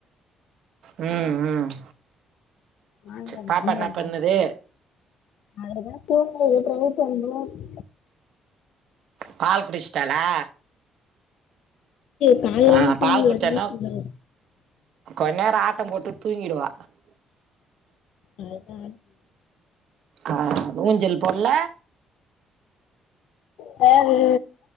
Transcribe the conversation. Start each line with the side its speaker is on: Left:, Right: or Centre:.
Right: ம ம்
Left: மாமியார்
Right: சேரி பாப்பா
Left: மாமியார்
Right: என்ன
Left: நம்பர்
Right: பண்ணுது
Left: அதுதா தூங்குது எழுப்பிறேன்னு சோன்னோல்ல
Right: பால் குடிச்சிட்டாலா
Left: காலேலருந்து
Right: ஆ
Left: தூங்கல
Right: பால் குடிச்சான்னா
Left: எதுவுமே செய்யல
Right: கொஞ்ச நேரோ ஆட்டம் போட்டு தூங்கிடுவா
Left: அதுதா
Right: ஆ ஊஞ்சல் பொடல
Left: வேது